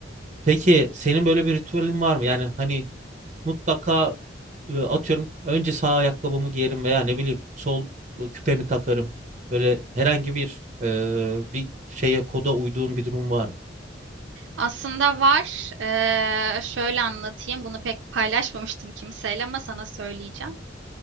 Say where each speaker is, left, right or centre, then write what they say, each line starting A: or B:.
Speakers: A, on the right; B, on the right.
A: Peki senin böyle bir ritüelin var mı? Yani hani mutlaka e, atıyorum önce sağ ayakkabımı giyerim veya ne bileyim sol e, küpemi takarım. Böyle herhangi bir e, bir şeye koda uyduğun bir durum var mı?
B: Aslında var. Ee, şöyle anlatayım. Bunu pek paylaşmamıştım kimseyle ama sana söyleyeceğim.